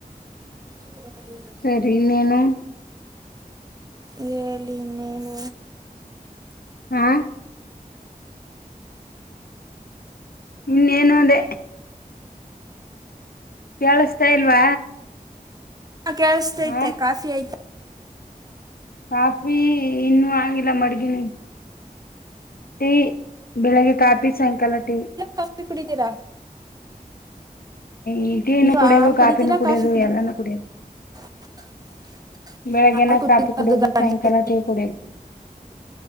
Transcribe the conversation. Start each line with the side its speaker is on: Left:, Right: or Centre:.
Right: <unintelligible>
Left: ಸರಿ ಇನ್ನೇನು.
Right: ಹೇಳಿ ಇನ್ ಏನ್.
Left: ಹಾ. ಇನ್ನೇನು ಅದೇ. ಕೇಳಸ್ತಾ ಇಲ್ವಾ.
Right: ಹ ಕೇಳಸ್ತೈತೆ
Left: ಹ
Right: ಕಾಫಿ ಐತ
Left: ಕಾಫಿ ಇನ್ನೂ ಆಗಿಲ್ಲ ಮಡಗಿವನಿ. ಟೀ ಬೆಳಿಗ್ಗೆ ಕಾಫಿ ಸಾಯಂಕಾಲ ಟೀ.
Right: ಕಾಫಿ ಕುಡಿತೀರಾ.
Left: ಈ ಟೀನು
Right: ನೀವು
Left: ಕುಡಿಯೋದು
Right: ಹಾಲು
Left: ಕಾಫಿನೂ
Right: ಕುಡಿತೀರಾ
Left: ಕುಡಿಯೋದು
Right: ಕಾಫಿ ಕುಡಿ
Left: ಎಲ್ಲಾನೂ ಕುಡಿಯೋದು.
Right: <inaudible>
Left: ಬೆಳಗ್ಗೆನ
Right: ಹಾಲು ಕುಡಿಬಾರ್ದು
Left: ಕಾಪಿ ಕುಡೋದು
Right: ಗಂಟಲು
Left: ಸಾಯಂಕಾಲ ಟಿ ಕುಡೋದು.